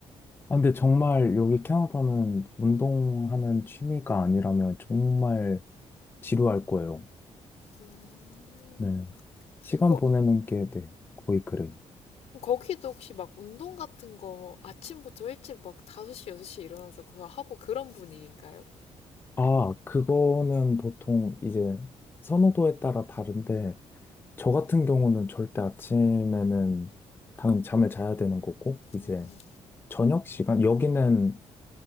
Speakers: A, on the left (about 20°); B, on the left (about 70°).
A: 아, 근데 정말 여기 캐나다는 운동하는 취미가 아니라면 정말 지루할 거예요.
B: 음.
A: 네. 시간
B: 거,
A: 보내는 게 네, 거의 그래요.
B: 거기도 혹시 막 운동 같은 거 아침부터 일찍 막 5시, 6시 일어나서 그거 하고 그런 분위기인가요?
A: 아, 그거는 보통 이제 선호도에 따라 다른데, 저 같은 경우는 절대 아침에는 당연히 잠을 자야 되는 거고,
B: 음,
A: 이제 저녁 시간, 여기는